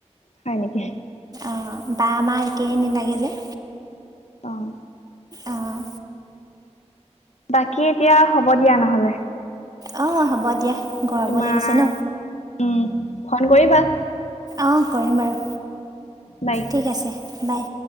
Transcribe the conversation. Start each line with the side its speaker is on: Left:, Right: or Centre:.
Left: হয় নেকি?
Right: অ বা মা একেই নেলাগে যে
Left: অহ
Right: অঁ
Left: বাকী এতিয়া হ'ব দিয়া নহলে
Right: অ হ'ব দিয়া গৰমো
Left: তোমাৰ
Right: লাগিছে ন
Left: উম ফোন কৰিবা
Right: অ কৰিম বাৰু
Left: বাই।
Right: ঠিক আছে বাই